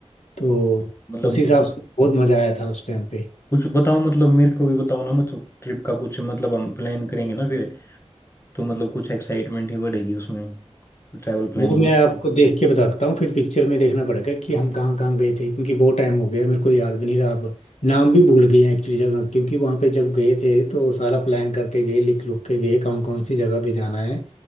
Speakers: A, on the left; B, on the left.
A: तो
B: मतलब
A: उस हिसाब से बहुत मज़ा आया था उस टाइम पे
B: कुछ बताओ मतलब मेरे को भी बताओ ना मतलब ट्रिप का कुछ मतलब हम प्लान करेंगे ना फिर तो मतलब कुछ एक्साइटमेंट ही बढ़ेगी उसमें ट्रैवल प्लानिंग
A: वो मैं
B: में
A: आपको देख के बताता हूँ फिर पिक्चर में देखना पड़ेगा कि हम कहाँ कहाँ गए थे क्योंकि बहुत टाइम हो गया मेरे को याद भी नहीं रहा अब नाम भी भूल गए हैं एक्चुअली जगह क्योंकि वहाँ पे जब गए थे तो सारा प्लान करके गए लिख लुख के गए कौन कौन सी जगह पे जाना है